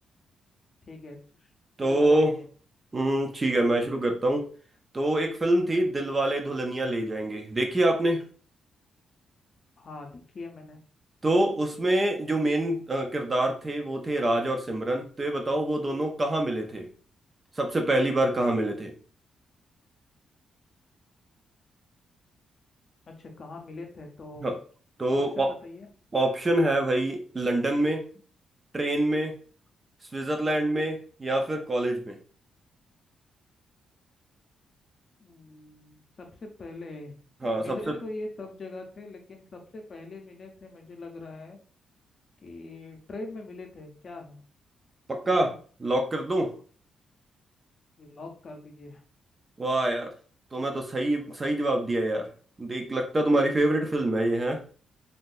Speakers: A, on the left (about 35°); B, on the right (about 20°).
A: ठीक है तो शुरुआत
B: तो
A: कीजिए
B: हम्म, ठीक है मैं शुरू करता हूँ तो एक फिल्म थी दिलवाले दुल्हनिया ले जाएंगे देखी आपने
A: हाँ देखिए मैंने
B: तो उसमें जो मेन किरदार थे वो थे राज और सिमरन तो ये बताओ वो दोनों कहाँ मिले थे सबसे पहली बार कहाँ मिले थे
A: अच्छा कहाँ मिले थे तो
B: हाँ तो
A: ऑप्शन
B: ऑ-
A: बताइए
B: ऑप्शन है भाई लंदन में ट्रेन में स्विट्जरलैंड में या फिर कॉलेज में
A: हम्म, सबसे पहले
B: हाँ
A: मिले
B: सबसे
A: तो ये सब जगह थे लेकिन सबसे पहले मिले थे मुझे लग रहा है कि ट्रेन में मिले थे क्या है सही
B: पक्का
A: है
B: लॉक कर दूं
A: लॉक कर दीजिए
B: वाह यार तो मैं तो सही सही जवाब दिया यार देख लगता है तुम्हारी फेवरेट फिल्म है ये है